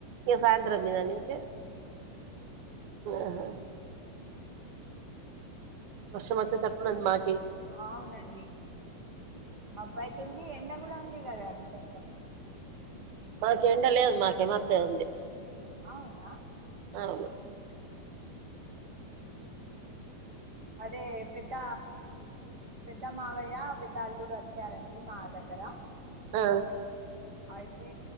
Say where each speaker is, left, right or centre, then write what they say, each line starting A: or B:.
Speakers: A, on the right (about 80°); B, on the right (about 50°).
A: ఇగ సాయంత్రాం తిన నీకే ఆహా వర్షం వచ్చే తట్టున్నది మాకే
B: అవునండి అబ్బాయితు <unintelligible> ఉంది ఎండ కూడా ఉంది కదాండి కొంచెం.
A: మాక ఎండ లేదు మాకే మబ్బే ఉంది
B: అవునా
A: అవును
B: అదే పెద్ద పెద్ద మావయ్య పెద్ద అల్లుడు వచ్చారండి మా దగ్గర
A: ఆ
B: అయితే